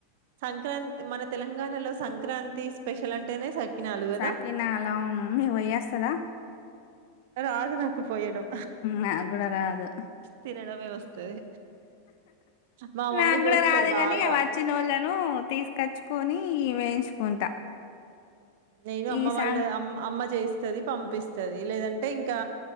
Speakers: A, on the right; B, on the left.
A: సంక్రాంతి మన తెలంగాణలో సంక్రాంతి స్పెషల్ అంటేనే సకినాలు కదా
B: సకినా అలా అవును మీకు వయ్యేస్తదా
A: రాదు నాకు పోయడం
B: నాకు కూడా రాదు
A: తినడమే వస్తది మా మమ్మీ
B: నాకు
A: పోస్తారు
B: కూడా రాదు కాని
A: బాగా
B: వచ్చినోళ్ళను తీసుకచ్చుకొని వేయించుకుంటా
A: నేను అమ్మ
B: ఈ
A: వాళ్ళ
B: సాంగ్
A: అమ్ అమ్మ చేయిస్తది పంపిస్తుది లేదంటే అంటే ఇంకా